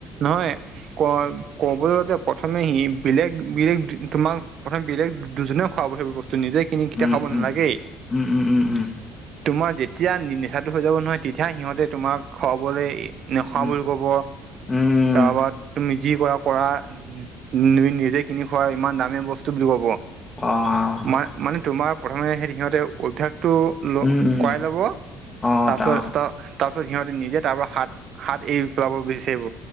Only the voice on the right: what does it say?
নহয় ক'- ক'বলৈ যাতে প্ৰথমে সি বেলেগ- বেলেগ তোমাক প্ৰথম বেলেগ দুজনেও খুৱাব সেই বস্তু, নিজে কিনি কেতিয়াও
খাব নালাগেই।
তোমাৰ যেতিয়া নিচাটো হৈ যাব নহয়, তেতিয়া সিহঁতে তোমাক খুৱাবলৈ নেখুৱাবলৈ
ক'ব
তাৱাত তুমি যি কৰা কৰা। উম', তুমি নিজে কিনি খোৱা ইমান দামী বস্তু বুলি ক'ব।
মা মানে তোমাৰ প্ৰথমে সেই সিহঁতে অভ্যাসটো ল'
কৰাৱই ল'ব।
তাৰপিছত
ত' তাৰ পিছত সিহঁতে নিজে তাৰ পৰা হাত- হাত এৰি পেলাব বিচাৰিব।